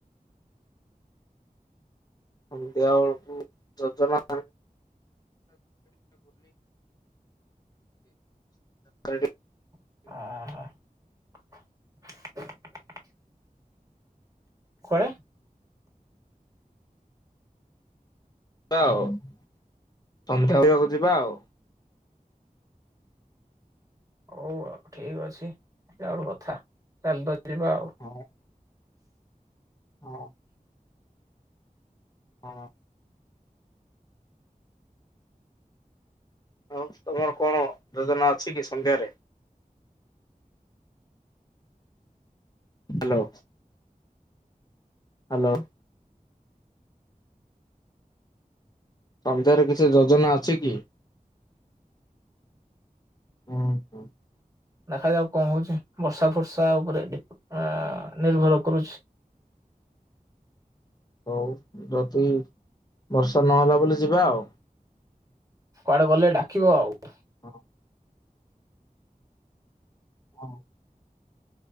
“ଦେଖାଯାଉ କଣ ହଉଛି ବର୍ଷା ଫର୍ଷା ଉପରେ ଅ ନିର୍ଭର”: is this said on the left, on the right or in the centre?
Right